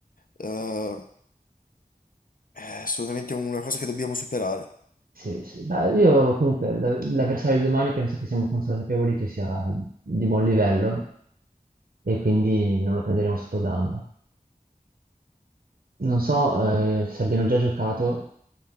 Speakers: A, on the left; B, on the right.
A: Eh, è assolutamente una cosa che dobbiamo superare.
B: Sì, sì. Beh, io comunque la- l'avversario di domani penso che siamo consapevoli che sia di buon livello e quindi non lo prenderemo sotto gamba. Non so, eh, se abbiano già giocato